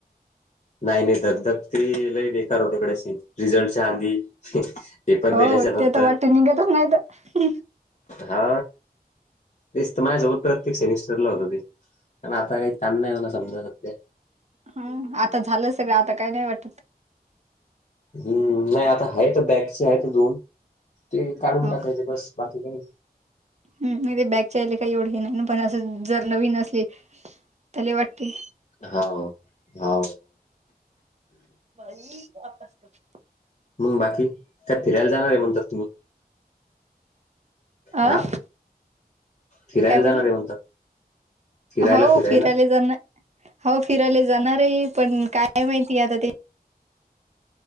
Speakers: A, on the left (about 45°); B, on the right (about 45°).
A: नाही नाही धगधक ते लही बेकार होतेकडेशी रिझल्टच्या आधी पेपर
B: हो
A: दिल्याच्या नंतर
B: ते तर वाट निघतच नाही तर
A: हा वसतमझ स उत प्रत्यकक्ष विस फरलं होत ते प आता काही का नाही होणा समजा स्या
B: हम आता झालं सगळं आता काही नाही वाटत
A: हम्म नाही आता ह तर बॅगचे आहे दोन ते काढून
B: हो
A: टाकायचे बस बाकी काही
B: हम नाही ते बॅगच्या याला काही एवढे हे नाही पण असं जर नवीन असले त्याला वाटते
A: हा हा
B: बरी असत
A: मग बाकी काय फिरायला जाणार आहे म्हणतात तुम्ही
B: आं
A: हा फिरायला
B: काय म्हटलं
A: जाणार आहे म्हणतात फिरायला
B: हो
A: फिरायला
B: फिरायले जाना हो फिरायला जाणार आहे पण काय माहितीय आता ते